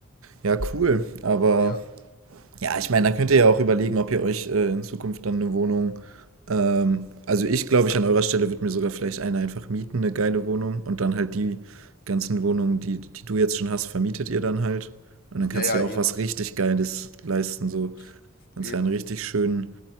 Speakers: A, on the right; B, on the left.
A: ja, cool. Aber
B: ja.
A: ja, ich meine, dann könnt ihr ja auch überlegen, ob ihr euch äh, in Zukunft dann eine Wohnung. Ähm, also ich glaube, ich an eurer Stelle würde mir sogar vielleicht eine einfach mieten, eine geile Wohnung. Und dann halt die ganzen Wohnungen, die, die du jetzt schon hast, vermietet ihr dann halt. Und dann
B: Ja,
A: kannst
B: ja,
A: du ja
B: eben.
A: auch was richtig Geiles leisten. So, kannst
B: Eben.
A: ja einen richtig schönen,